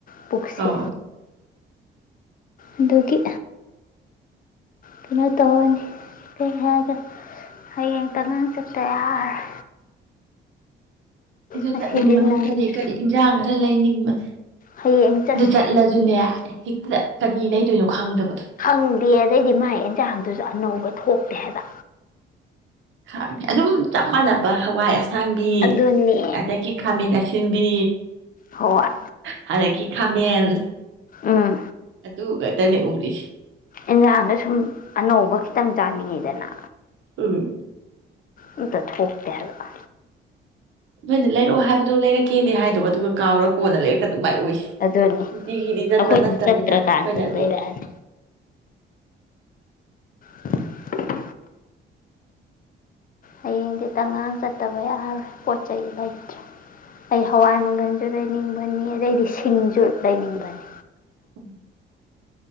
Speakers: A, on the left (about 45°); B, on the right (about 70°).
A: ꯄꯨꯛꯁꯦ
B: ꯑꯧ
A: ꯑꯗꯨꯒꯤ ꯀꯩꯅꯣ ꯇꯧꯅꯤ ꯀꯔꯤ ꯍꯥꯏꯒ ꯍꯌꯦꯡ ꯇꯉꯥꯟ ꯆꯠꯇ ꯌꯥꯔꯔꯣꯢ
B: ꯑꯩꯁꯨ
A: ꯉꯁꯤꯗꯤ
B: ꯆꯠꯅꯤꯡꯕꯅꯦ
A: ꯅꯪꯗ꯭ꯔꯦ
B: ꯀꯔꯤ ꯀꯔꯤ ꯏꯟꯁꯥꯡ ꯈꯔ ꯂꯩꯅꯤꯡꯕꯅꯦ
A: ꯍꯌꯦꯡ ꯆꯠꯁꯦ
B: ꯗꯨ ꯆꯠꯂꯖꯨꯅꯦ ꯍꯦꯛꯇ ꯀꯔꯤ ꯂꯩꯗꯣꯏꯅꯣ ꯈꯪꯗꯕ
A: ꯈꯪꯗꯦ ꯑꯗꯩꯗꯤ ꯃꯥꯥꯏ ꯑꯦꯟꯁꯥꯡꯗꯨꯁꯨ ꯑꯅꯧꯕ ꯊꯣꯛ ꯇꯦ ꯍꯥꯏꯕ
B: ꯈꯥꯡꯇꯦ ꯑꯗꯨꯝ ꯆꯞ ꯃꯥꯟꯅꯕ ꯍꯋꯥꯏ ꯑꯁ- ꯁꯥꯡꯕꯤ
A: ꯑꯗꯨꯅꯦ
B: ꯑꯗꯒꯤ ꯈꯥꯃꯦꯟ ꯑꯁꯤꯟꯕꯤ
A: ꯍꯣꯏ
B: ꯍ ꯑꯗꯒꯤꯥ ꯈꯥ- ꯃꯦꯟ
A: ꯎꯝ
B: ꯑꯗꯨꯒ ꯇꯅꯤ ꯎꯔꯤꯁꯤ
A: ꯏꯟꯖꯥꯡꯗ ꯁꯨꯝ ꯑꯅꯧꯕ ꯈꯤꯇꯪ ꯆꯥꯅꯤꯡꯉꯤꯗꯅ
B: ꯎꯝ
A: ꯑꯝꯇ ꯊꯣꯛꯇꯦ ꯍꯥꯏꯕ
B: ꯅꯣꯏꯅ ꯂꯩꯔꯛꯑꯣ ꯍꯥꯏꯕꯗꯣ ꯂꯩꯔꯛꯀꯦꯗꯤ ꯍꯥꯏꯗꯣꯕ ꯑꯗꯨꯒ ꯀꯥꯎꯔꯒ ꯀꯣꯟꯅ ꯂꯩꯔꯛꯀ- ꯑꯗꯨꯃꯥꯏ ꯑꯣꯏꯁꯤ
A: ꯑꯗꯨꯅꯤ
B: ꯅꯨꯡꯇꯤꯒꯤꯗꯤ ꯆꯠꯄ
A: ꯑꯩꯈꯣꯏꯅ
B: ꯅꯠꯇꯕꯅꯤꯅ
A: ꯆꯠꯇ꯭ꯔꯀꯥꯟꯗ
B: ꯑꯩꯈꯣꯏꯅꯗꯤ
A: ꯂꯩꯔꯛꯑꯅꯤ ꯂꯧꯁꯤꯟꯕ ꯉꯝꯗꯕ ꯍꯌꯦꯡꯗꯤ ꯇꯥꯉꯥꯡ ꯆꯠꯇꯕ ꯌꯥꯔꯣꯏ ꯄꯣꯠ ꯆꯩ ꯂꯩꯇ꯭ꯔꯦ ꯑꯩ ꯍꯋꯥꯏ ꯃꯪꯒꯜꯁꯨ ꯂꯩꯅꯤꯡꯕꯅꯤ ꯑꯗꯩꯗꯤ ꯁꯤꯡꯁꯨ ꯂꯩꯅꯤꯡꯕꯅꯤ
B: ꯂꯧꯁꯤꯟꯕ ꯉꯝꯗꯕ